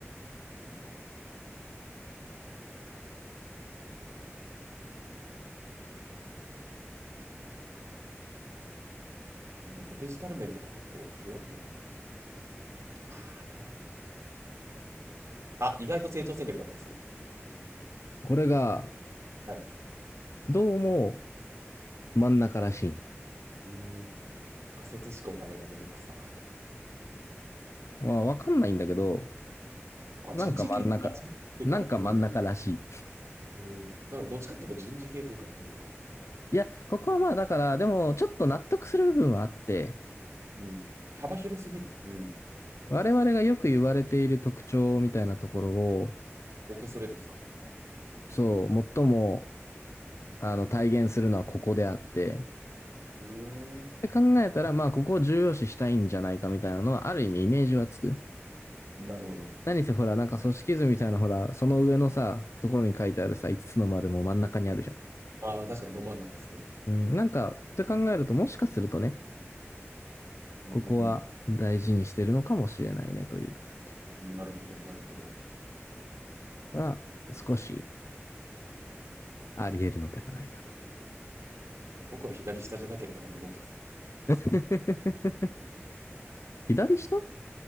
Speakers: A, on the right (about 85°); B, on the left (about 75°).
A: うん、意外とデジタル面とか結構重要あるんじゃないかな。ああ、どうやろう。あ、意外と成長戦略だったりする。
B: これが、
A: はい。
B: どうも真ん中らしい。
A: いい仮説思考ダメダメで草。
B: まあ、わかんないんだけど、
A: あ、
B: なんか真ん中、
A: 人事系あ人事っていうか、
B: なんか真ん中らしい。
A: うん。えーなんかどっちかっていうと人事系というか、なんていうか、
B: いや、ここはまあだから、でもちょっと納得する部分はあって、
A: うん。幅広すぎる。うん。
B: 我々がよく言われている特徴みたいなところを、
A: オーケストレートですかはい。
B: そう、最も、あの、体現するのはここであって、
A: うーん。
B: で考えたら、まあ、ここを重要視したいんじゃないかみたいなのは、ある意味イメージはつく。
A: なるほど。
B: 何せほら、なんか組織図みたいなほら、その上のさ、ところに書いてあるさ、5つつの丸も真ん中にあるじゃん。
A: ああ、確かにど真ん中ですね。
B: うん、なんか、って考えると、もしかするとね、
A: うーん。
B: ここは大事にしてるのかもしれないねという感じ
A: なるほど、なるほど。
B: は、少しあり得るのではないかと。
A: 僕は左下じゃなければ何でも OK です。
B: <laughs> 左下